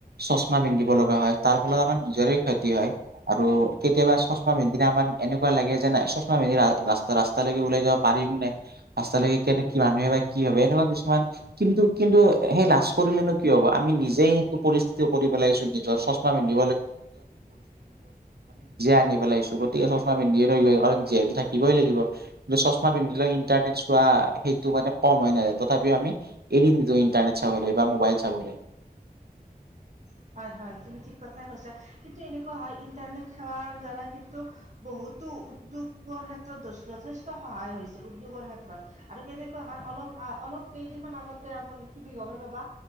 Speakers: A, on the right; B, on the right.
A: চশমা পিন্ধিব লগা হয়, তাৰ ফলত আমাৰ। নিজৰে ক্ষতি হয়। আৰু, কেতিয়াবা চশমা পিন্ধিলে আমাৰ। এনেকুৱা লাগে যেন, <unintelligible> চশমা মেলি ৰা ৰাস্তা-ৰাস্তালৈকে ওলাই যাব পাৰিম নে? পাঁচতালৈকে কেনে কি, মানুহে বা কি ভাবে? এনেকুৱা কিছুমান, কিন্তু কিন্তু সেই লাজ কৰিলেনো কি হব আমি। নিজেই <unintelligible> পৰিস্থিতি কৰি পেলাইছো নিজৰ, চশমা পিন্ধি। আনি পেলাইছো, গতিকে চশমা। চশমা পিন্ধ যিহেতু থাকিবই লাগিব কিন্তু চশমা পিন্ধিল ইণ্টাৰনেট চোৱা সেইটো মানে কম হৈ নাযায়। তথাপিও, আমি এৰি নিদো ইণ্টাৰনেট চাবলৈ বা মোবাইল চাবলে।
B: <inaudible> হয়, হয়, তুমি ঠিক কথাই কৈছা। কিন্তু, এনেকুৱা হয় ইণ্টাৰনেট সেৱাৰ দ্বাৰা কিন্তু। বহুতো উদ্যোগৰ ক্ষেত্ৰত য-যথেষ্ট সহায় হৈছে। উদ্যোগৰ ক্ষেত্ৰত। আৰু, কেনেকুৱা হয়। অলপ আ অলপ কেইদিনমান আগতে <unintelligible> কিবি গমে পাবা।